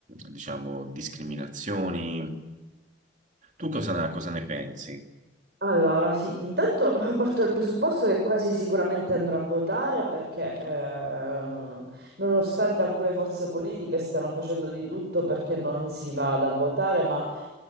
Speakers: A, on the right; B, on the right.
A: diciamo, discriminazioni. Tu cosa, cosa ne pensi?
B: Allora, sì, intanto <laughs> eh, parto dal presupposto che quasi sicuramente andrò a votare perché ehm, nonostante alcune forze politiche stiano facendo di tutto perché non si vada a votare, ma